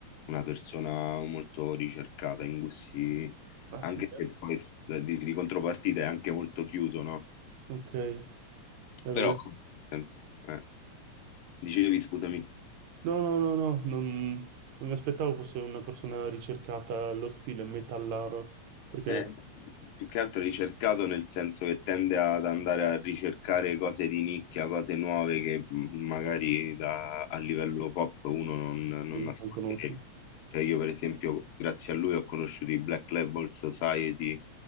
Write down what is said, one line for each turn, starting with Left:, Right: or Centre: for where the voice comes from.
Left: una persona molto ricercata in gusti,
Right: Ah
Left: anche
Right: sì, eh?
Left: se poi eh, di, di contropartita è anche molto chiuso, no?
Right: ok, è vero.
Left: Però, senza, eh, dicevi, scusami.
Right: No, no, no, no, non, non mi aspettavo fosse una persona ricercata allo stile metallaro, perché
Left: Eh, più che altro ricercato nel senso che tende ad andare a ricercare cose di nicchia, cose nuove che mh, magari da- a livello pop uno non, non
Right: sì,
Left: ascolterebbe.
Right: non conosci.
Left: Cioè io per esempio grazie a lui ho conosciuto i Black Label Society,